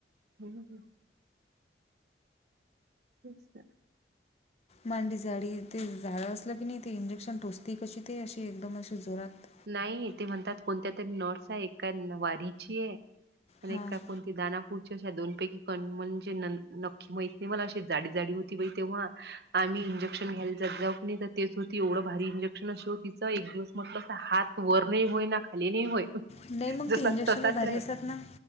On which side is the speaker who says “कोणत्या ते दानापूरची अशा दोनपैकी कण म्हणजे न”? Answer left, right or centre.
Right